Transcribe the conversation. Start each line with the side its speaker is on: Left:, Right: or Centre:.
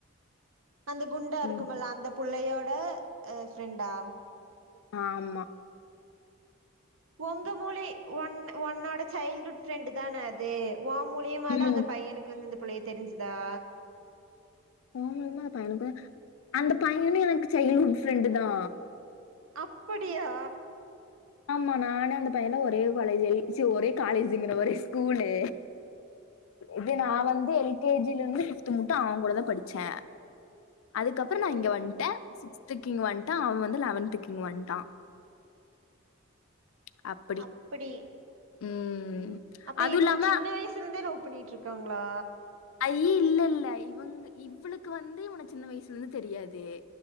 Right: அந்த குண்டா இருக்குமல்ல
Left: ம்
Right: அந்த புள்ளையோட ஃப்ரெண்டா
Left: ஆமா
Right: ஒங்க மூளி ஒன் ஒன்னோட சைல்டுட் ஃப்ரெண்ட் தான அது ஓ மூலியமாதா
Left: ம்
Right: அந்த பையனுக்கு வந்து இந்த புள்ளைய தெரிஞ்சதா
Left: ஓ முலுமா அந்த பையனுக்கு அந்த பையன்னு எனக்கு சைல்டுவுட் ஃப்ரெண்டு் தா
Right: அப்படியா
Left: ஆமா நானு அந்து பையல்லா ஒரே காலேஜ் எ ச்சி ஒரே காலேஜுங்கறே ஒரே ஸ்கூலு இது நா வந்து எல்கேஜில இருந்து ப்பிப்து மட்டும் அவ கூடதா படிச்சே அதுக்கப்பறோ நா
Right: ஓ
Left: இங்க வந்ட்டே சிக்ஸ்துக்கு இங்க வந்ட்டே அவன் வந்து லெவன்த்துக்கு இங்க வந்ட்டா அப்
Right: அப்படி
Left: ம்
Right: அப்ப
Left: அதுவு
Right: இவங்க
Left: இல்லாம
Right: சின்ன வயசுல இருந்தே லவ் பண்ணிட்டு இருக்காங்களா
Left: ஐயோ இல்ல இல்ல இவங்க இவளுக்கு வந்து இவன சின்ன வயசுலருந்து தெரியாது